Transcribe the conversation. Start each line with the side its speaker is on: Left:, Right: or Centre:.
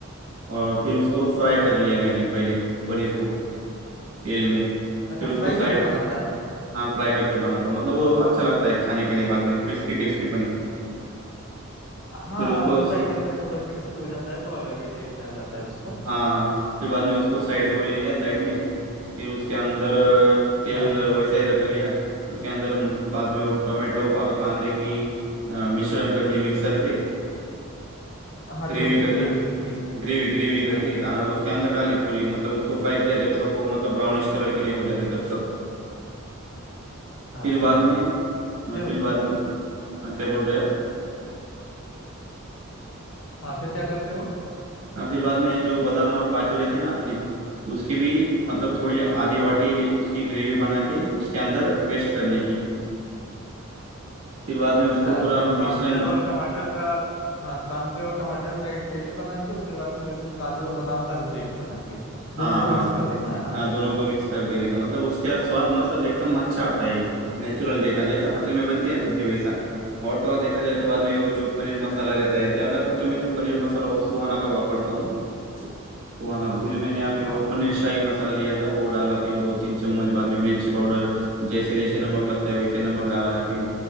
Right: और फिर उसको फ्राई
Left: हाँ।
Right: कर लिया मैंने पहले पनीर को तेल में
Left: अच्छा
Right: फिर उसको
Left: फ्राई
Right: साइड
Left: करके बनाता है
Right: हाँ फ्राई करके बनाता हूँ मतलब वो अच्छा लगता है खाने के लिए बाद में वो क्रिस्पी क्रिस्पी पनीर
Left: हाँ
Right: फिर उसको
Left: फ्राई करने से थोड़ा क्रिस्पी हो जाता है तो अलग ही टेस्ट आ जाता है उसको
Right: हाँ हाँ फिर बाद में उसको साइड को ले लिया साइड में फिर उसके अंदर अ, तेल
Left: हाँ
Right: वैसा ही रख लिया उसके अंदर म- बाद में वो टोमेटो और कांदे की अ, मिश्रण कर दी मिक्सर से
Left: हाँ
Right: ग्रेवी
Left: छोटे छोटे
Right: कर दी
Left: पीसेस
Right: ग्रेवी ग्रेवी कर
Left: हाँ
Right: दी आ, उसके अंदर डाली पूरी मतलब उसको फ्राई किया जब तक वो मतलब ब्राउनिश कलर की नहीं हो जाती तब तक
Left: हाँ
Right: फिर बाद में अ,
Left: फिर
Right: फिर बाद में हाँ, क्या बोल रहे हैं आप
Left: हाँ फिर क्या करते हो
Right: हाँ, फिर बाद में जो बादाम और काजू रहते हैं ना अपने उसकी भी मतलब थोड़ी आधी
Left: हाँ
Right: वाटी ले- उसकी ग्रेवी बना के उसके अंदर पेस्ट करने की फिर बाद में
Left: अच्छा
Right: उसको पूरा
Left: तो
Right: मिश्रण
Left: कांदे और टमाटर का हाँ कांदे और टमाटर का एक पेस्ट बना के उसके बाद फिर इसमें काजू और बादाम का भी पेस्ट बना के दोनों
Right: हाँ
Left: को
Right: हाँ
Left: मिक्स कर देना है ना
Right: हाँ दोनों को मिक्स कर देने का मतलब
Left: हाँ
Right: उसका स्वाद मतलब एकदम अच्छा आता है नेचुरल जैसा जैसा होटल में बनती है सब्जी वैसा और तो और देखा जाए तो बाद में वो जो पनीर मसाला रहता है ज्यादा कर तो मैं तो पनीर मसाला वो सुहाना का वापरता हूँ सुहाना फिर मैंने अभी वो
Left: हाँ
Right: पनीर शाही मसाला लिया था वो डाला फिर दो तीन चम्मच बाद में मिर्ची पाउडर जैसे जैसे नमक लगता है वैसे नमक डाला है फिर